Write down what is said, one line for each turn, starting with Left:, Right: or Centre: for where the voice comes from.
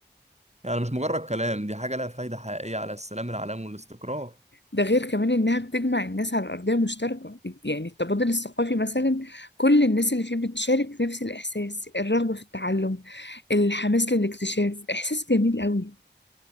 Right: يعني مش مجرد كلام دي حاجه لها فايده حقيقيه على السلام العالمي والاستقرار
Left: ده غير كمان إنها بتجمع الناس على أرضية مشتركة يعني التبادل الثقافي مثلا كل الناس اللي فيه بتشارك نفس الإحساس الرغبة في التعلم الحماس للاكتشاف إحساس جميل قوي